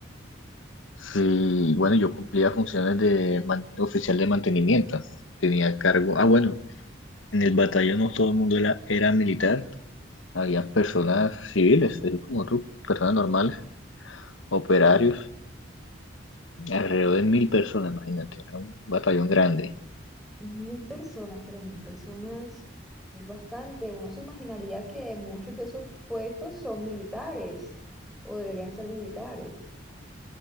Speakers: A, on the left (about 80°); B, in the centre.
A: Y bueno, yo cumplía funciones de man- oficial de mantenimiento. Tenía cargo. Ah, bueno, en el batallón no todo el mundo era, era militar. Habían personas civiles, así como tú, personas normales, operarios, alrededor de mil personas, imagínate. Era un batallón grande.
B: mil personas, pero mil personas es bastante. Uno se imaginaría que muchos de esos puestos son militares o deberían ser militares.